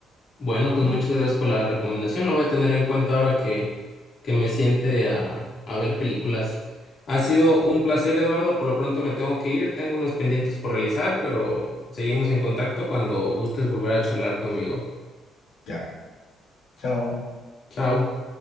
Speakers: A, on the left (about 45°); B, on the left (about 65°).
A: Bueno, pues
B: Mm.
A: muchas gracias por la recomendación. Lo voy a tener en cuenta ahora que, que me siente a, a ver películas. Ha sido un placer, Eduardo. Por lo pronto me tengo que ir. Tengo unos pendientes por realizar, pero seguimos en contacto cuando gustes volver a charlar conmigo.
B: Ya, chao.
A: Chao.